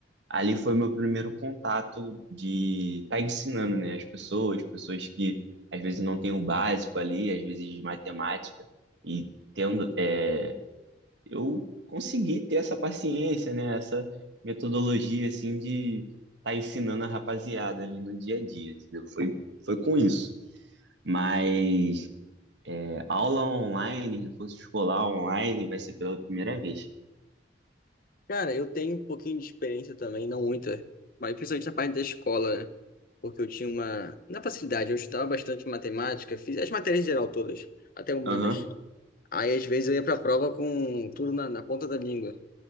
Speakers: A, on the right; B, on the left.
A: ali foi meu primeiro contato de estar ensinando, né, as pessoas, pessoas que às vezes não têm o básico ali, às vezes de matemática, e tendo, é, eu consegui ter essa paciência, né, essa metodologia, assim, de estar ensinando a rapaziada ali no dia a dia, entendeu? Foi, foi com isso. Mas é, aula online, reforço escolar online, vai ser pela primeira vez.
B: Cara, eu tenho um pouquinho de experiência também, não muita, mas principalmente na parte da escola, né? Porque eu tinha uma. Na facilidade, eu estudava bastante matemática, fiz as matérias em geral todas, até humanas.
A: Aham.
B: Aí, às vezes, eu ia pra prova com tudo na, na ponta da língua.